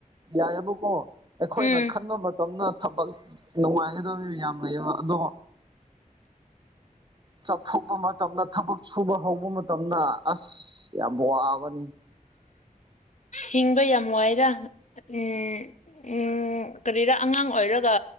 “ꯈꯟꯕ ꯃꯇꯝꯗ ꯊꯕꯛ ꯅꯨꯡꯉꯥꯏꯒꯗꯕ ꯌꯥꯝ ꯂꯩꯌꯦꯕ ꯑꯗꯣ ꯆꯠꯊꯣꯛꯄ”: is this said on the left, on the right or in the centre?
Right